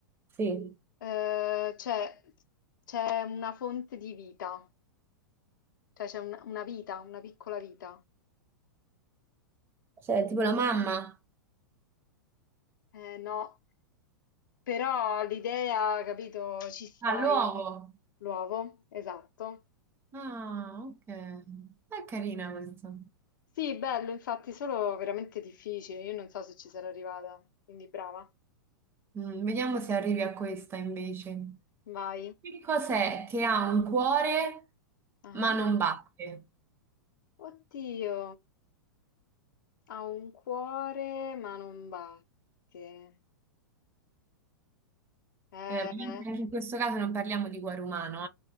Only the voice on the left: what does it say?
Eh, c'è c'è una fonte di vita, cioè c'è un- una vita, una piccola vita.
Eh, no, però l'idea, capito, ci stai.
L'uovo, esatto.
Sì, bello, infatti, solo veramente difficile. Io non so se ci sarò arrivata, quindi brava.
Vai.
Ah.
Oddio. Ha un cuore ma non batte. Eh,